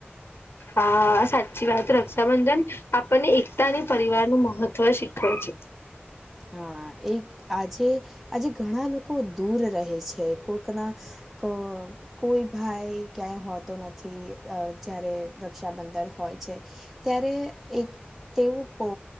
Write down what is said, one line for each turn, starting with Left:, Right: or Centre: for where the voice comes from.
Left: હ સાચી વાત રક્ષાબંધન આપણને એકતા અને પરિવાર નું મહત્વ શીખવ છે.
Centre: હા એક આજે આજે ઘણા લોકો દૂર રહે છે કોઈકના ક કોઈ ભાઈ ક્યાંય હોતો નથી અ જયારે રક્ષાબંધન હોય છે. ત્યારે એક તેઓ પો